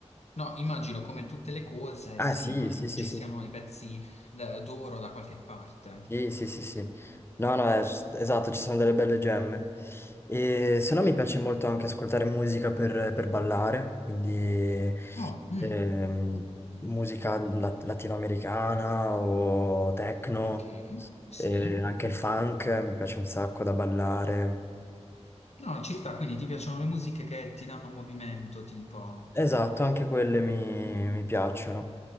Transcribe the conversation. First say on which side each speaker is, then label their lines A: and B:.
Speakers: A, on the left; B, on the left.
A: No, immagino come tutte le cose,
B: Ah
A: sì,
B: sì,
A: immagino
B: sì,
A: che
B: sì,
A: ci
B: sì.
A: siano i pezzi d- d'oro da qualche parte.
B: Sì, sì, sì, sì. No, no, eh, s- esatto, ci sono delle belle gemme. E se no mi piace molto anche ascoltare musica per, per ballare, quindi
A: Oh, mm,
B: ehm, musica lat- latinoamericana o techno,
A: ok, sì.
B: e anche il funk, mi piace un sacco da ballare.
A: No, ci sta, quindi ti piacciono le musiche che ti danno movimento, tipo...
B: Esatto, anche quelle mi, mi piacciono,